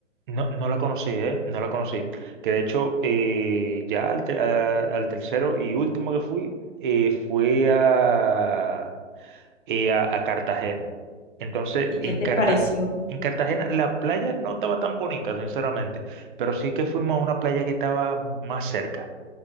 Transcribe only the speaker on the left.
¿Y qué
te
pareció?